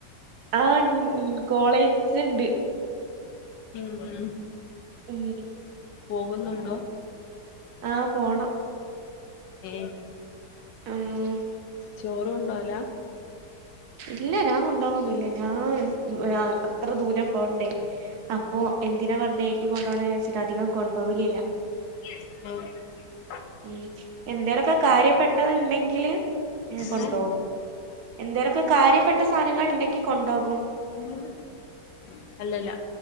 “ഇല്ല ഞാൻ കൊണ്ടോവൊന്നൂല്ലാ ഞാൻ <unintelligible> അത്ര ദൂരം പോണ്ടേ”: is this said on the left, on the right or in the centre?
Right